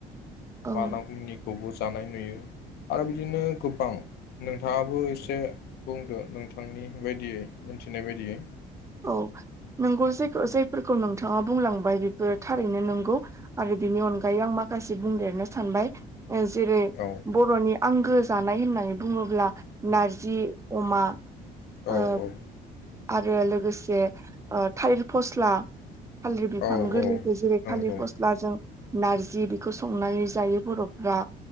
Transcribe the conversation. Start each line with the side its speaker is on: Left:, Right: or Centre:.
Right: औ
Left: मानामुनि खौबो। जानाय नुयो आरो बिदिनो गोबां नोंथाङाबो एसे बुंदो नोंथांनि बायदियै मिथिनाय बायदियै।
Right: औ नोंगौ जेखौ जाय जायफोरखौ नोंथाङा बुंलांबाय बेफोर थारैनो नंगौ आरो बेनि अनगायै आं माखासे बुंदेरनो सानबाय। ओ जेरै
Left: औ
Right: बर'नि आंगो जानाय होननानै बुङोब्ला नारजि अमा।
Left: औ
Right: ओ
Left: औ।
Right: आरो लोगोसे ओ थालिर फस्ला थालिर बिफां
Left: औ
Right: गोरलैखौ
Left: औ
Right: जेरै
Left: नंगौ
Right: थालिर फस्लाजों नारजि बेखौ संनानै जायो बर'फ्रा।